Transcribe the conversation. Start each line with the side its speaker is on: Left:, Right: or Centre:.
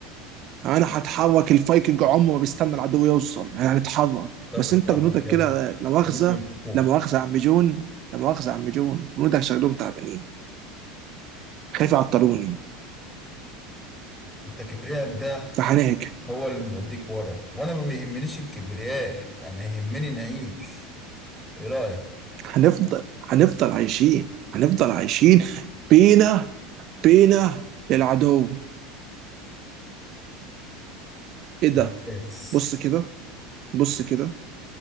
Right: انا هتحرك الفايكنج عمره ما بيستنى العدو يوصل احنا هنتحرك
Centre: طب
Right: بس
Centre: اتحرك
Right: انت جنودك
Centre: يلا
Right: كده لا مؤاخذة
Centre: خليهم فوق
Right: لا مؤاخذة يا عم جون لا مؤاخذة يا عم جون جنودك شكلهم تعبانين خايف يعطلوني
Centre: انت كبريائك ده
Right: فهنهجم
Centre: هو اللي موديك ورا وانا ما بيهمنيش الكبرياء انا يهمني نعيش ايه رأيك
Right: هنفضل هنفضل عايشين هنفضل عايشين بينا بينا العدو ايه ده
Centre: ممتاز
Right: بص كده بص كده